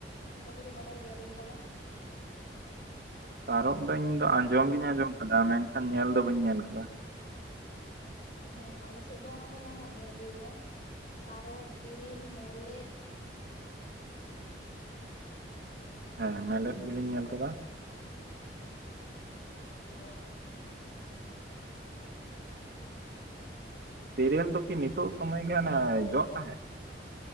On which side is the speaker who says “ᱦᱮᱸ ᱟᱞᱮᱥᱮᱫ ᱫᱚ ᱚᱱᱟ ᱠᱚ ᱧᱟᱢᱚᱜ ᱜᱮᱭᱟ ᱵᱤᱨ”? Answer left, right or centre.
Left